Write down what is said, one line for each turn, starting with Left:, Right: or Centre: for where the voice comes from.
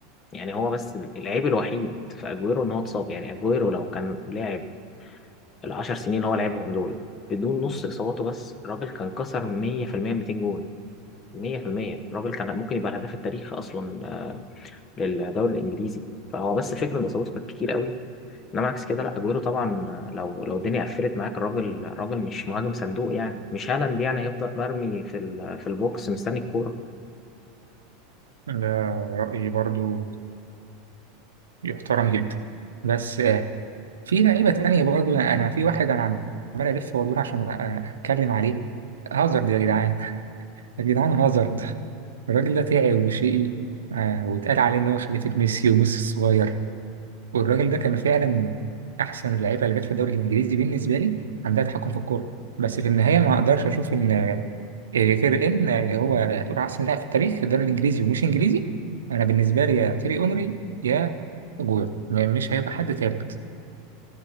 Left: يعني هو بس العيب الوحيد في اجويرو ان هو اتصاب يعني اجويرو لو كان لعب العشر سنين اللي هو لعبهم دول بدون نص اصاباته بس الراجل كان كسر 100% ال 200 جون 100% الراجل كان ممكن يبقى الهداف التاريخي اصلا آه، للدوري الانجليزي فهو بس فكرة ان اصاباته كانت كتير قوي انما عكس كده لا اجويرو طبعا لو لو الدنيا قفلت معاك الراجل الراجل مش مهاجم صندوق يعني مش هالاند يعني هيفضل مرمي في ال- في البوكس مستني الكوره
Right: ده رأيي برضو يحترم جدا بس آه، في لعيبة تانية برضو أنا في واحد أنا عم- عمال ألف وأدور عشان أ- أتكلم عليه هازارد يا جدعان يا جدعان هازارد الراجل ده تعب وشقي آه، واتقال عليه إن هو خليفة ميسي وميسي الصغير والراجل ده كان فعلا احسن اللعيبه اللي جت في الدوري الانجليزي بالنسبه لي عندها تحكم في الكوره بس في النهايه ما اقدرش اشوف ان آه، غير ان آه، هو هتقول احسن لاعب في التاريخ في الدوري الانجليزي ومش انجليزي انا بالنسبه لي يا تيري اونري يا اجويرو م- مش هيبقى حد تالت